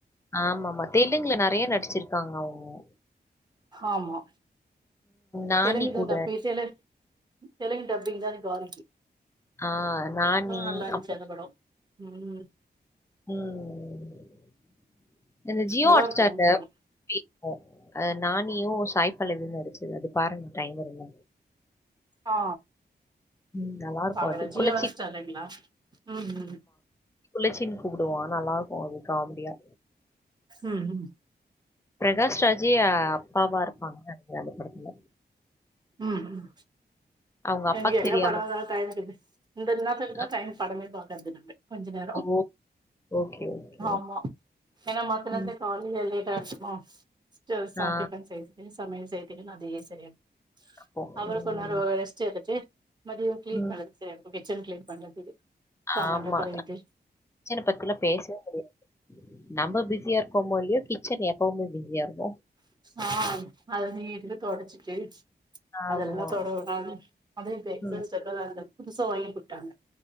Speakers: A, on the left; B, on the right.
A: ஆமாமா தெலுங்குல நறைய நடிச்சிர்க்காங்க அவுங்கோ
B: ஆமா
A: நானி
B: தெலுங்கு தா
A: கூட.
B: டப் பேசி எனன் தெலுங்கு டப்பிங் தா எனக்கு வாழ்க்கி
A: ஆ நானி
B: அதுவு நல்லாந்த்சி
A: அப்புறம்
B: அந்த படோ ம்
A: ம் இந்த ஜியோ
B: நல்லா
A: ஹாட்ஸ்டார்ல
B: இருக்கு அவங்க படம்
A: கேக்கூ ஆ நானியூ சாய் பல்லவியூ நடிச்சது அது பாருங்க டைம் இருந்தா
B: ஆ
A: ம் நல்லாருக்கும்
B: பாக்குறே
A: அது.
B: ஜியோ
A: குளிர்ச்சி
B: ஹாட் ஸ்டார்லேங்கிளா ம் ம்
A: குள்ளச்சின் கூப்பிடுவா நல்லாருக்கோ அது காம்டியா
B: ம் ம்
A: ப்ரகாஷ் ராஜி அப்பாவா இருப்பாங்க அந்த படத்துல
B: ம் ம்
A: அவங்க அப்பாக்கு
B: எங்கெங்க
A: தெரியாம
B: படந்தா டைம்க்குது இந்த நேரத்துக்கு தா
A: அ
B: டைம் படமே பாக்குறது நாங்க கொஞ்ச நேரோ
A: ஓ! Okay, okay.
B: ஆமா ஏனா மத்த நேரத்துல
A: ம்.
B: காலேல லேட்டா ஓ <unintelligible> செய்றதுக்கு
A: ஆ
B: சமயல் செய்றதுக்குன் அதே செரியார்
A: அப்போ
B: அப்றோ
A: ம்.
B: கொஞ்நேரோ ரெஸ்ட் எடுத்து மதியோ க்ளீன்
A: ம்.
B: பண்றதுக்கு செரியார்க்கூ கிச்சன் க்ளீன் பண்றதுக்கு சாமான்லா
A: ஆமா
B: கழுவிட்டு
A: கிச்சன பத்திலா பேசவே முடியாது நம்ம பிஸியார் போமோ இல்லியோ கிச்சன் எப்பவ்மே பிஸியாருக்கோ
B: ஆ அது நீட்கு தொடச்சிட்டு
A: ஆமா.
B: அதெல்லா தொட உடாம அதூ இப்ப எக்ஸாஸ்
A: ம்.
B: <unintelligible> புதுசா வாங்கி குட்டாங்க